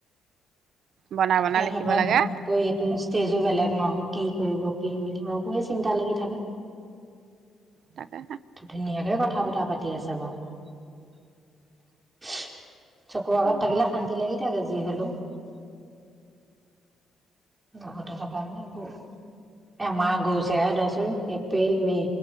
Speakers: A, on the right; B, on the right.
A: বনাই বনাই
B: সে
A: লিখিব
B: সেপাই
A: লাগে
B: ঘপককে এইটো ষ্টেজো বেলেগ নহয় কি কৰিব কি মিলিব সেবোৰে চিন্তা লাগি থাকে
A: তাকে
B: ধুনীয়াকে কথা বতৰা পাতি আছে বাৰু চকু আগত থাকিলে
A: মই
B: শান্তি লাগি থাকে যি হলেও লগতে থকা যে গোট এমাহ গৈছেহে ৰাচোন এপ্ৰিল মে